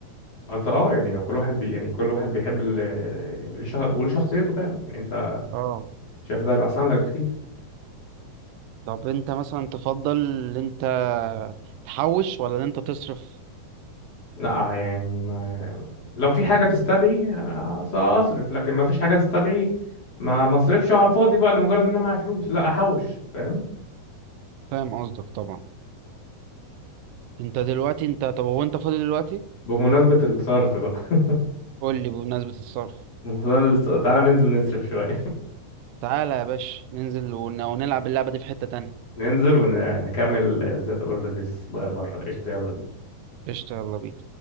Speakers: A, on the left; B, on the right.
A: انت اه يعني كل واحد بي يعني كل واحد بيحب ال... وليه شخ... وليه شخصيته فعلا يعني انت
B: اه
A: شايف ده هيبقى احسن لك بكتير
B: طب انت مثلا تفضل ان انت تحوش ولا ان انت تصرف
A: لا يعني ما لو في حاجة تستدعي أنا أص- أصرف لكن ما فيش حاجة تستدعي ما مصرفش على الفاضي بقى لمجرد إن أنا معايا فلوس لا أحوش فاهم
B: فاهم قصدك طبعا انت دلوقتي انت طب هو انت فاضي دلوقتي
A: بمناسبة الصرف بقى
B: قول لي بمناسبة الصرف
A: <laughs> بمناسبة- الص- تعالى ننزل نصرف شوية
B: تعالى يا باشا ننزل ون- ونلعب اللعبة دي في حتة تانية
A: <laughs> ننزل ونكمل ذات أوردرز بره قشطة يلا بينا
B: قشطة يلا بينا